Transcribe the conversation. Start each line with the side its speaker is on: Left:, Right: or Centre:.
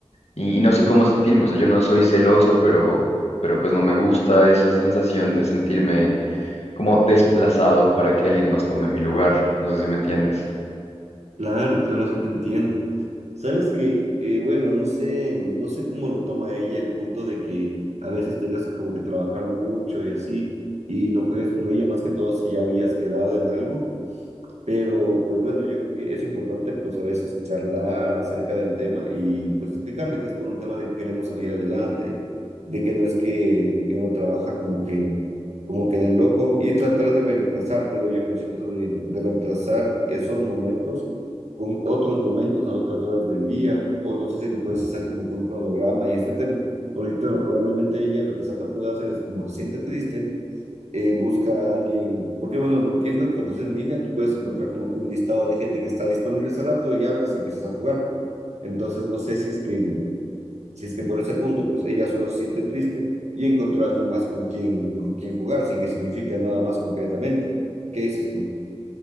Left: y, y no sé cómo sentirme, o sea, yo no soy celoso, pero, pero pues no me gusta esa sensación de sentirme como desplazado para que alguien más tome mi lugar. No sé si me entiendes.
Right: Claro, claro, así te entiendo. Sabes que, eh, bueno, no sé, no sé cómo lo toma ella el punto de que a veces tengas que como que trabajar mucho y así, y no juegues con ella más que todo si ya habías quedado en algo, Pero pues bueno, yo creo que es importante pues a veces charlar acerca del tema y pues explicarle que es por un tema de que queremos salir adelante, de que no es que, que uno trabaja como que, como que de loco y tratar de reemplazar, creo yo, ¿no es cierto? De, de reemplazar esos momentos con otros momentos a otras horas del día o no sé si te puedes hacer como que un cronograma y este tema, porque claro, probablemente ella lo que está tratando de hacer es como se siente triste eh, busca a alguien, porque bueno, no entiendo que cuando estás en línea tú puedes encontrar como que un listado de gente que está disponible ese rato y hablas y empiezas a jugar. Entonces no sé si es que, si es que por ese punto pues ella solo se siente triste y encontró a alguien más con quien, con quien jugar, sin que significa nada más concretamente. ¿Qué dices tú?